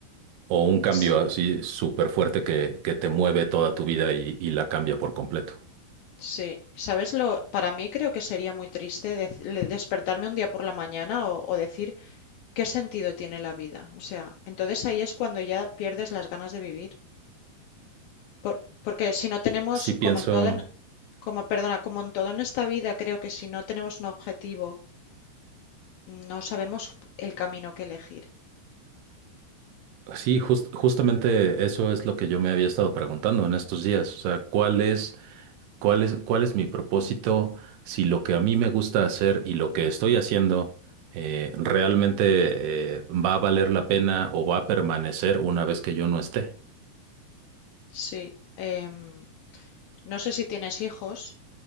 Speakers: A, on the right; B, on the left.
A: o un cambio
B: S-
A: así súper fuerte que, que te mueve toda tu vida y, y la cambia por completo.
B: Sí. ¿Sabes lo? Para mí creo que sería muy triste dec- le- despertarme un día por la mañana o, o decir qué sentido tiene la vida. O sea, entonces ahí es cuando ya pierdes las ganas de vivir. Por- porque si no tenemos,
A: Sí pienso,
B: como en todo, en, como, perdona, como en todo en esta vida, creo que si no tenemos un objetivo, no sabemos el camino que elegir.
A: sí, jus- justamente eso es lo que yo me había estado preguntando en estos días, o sea, ¿cuál es... ¿Cuál es, cuál es mi propósito? Si lo que a mí me gusta hacer y lo que estoy haciendo eh, realmente eh, va a valer la pena o va a permanecer una vez que yo no esté.
B: Sí. em, no sé si tienes hijos,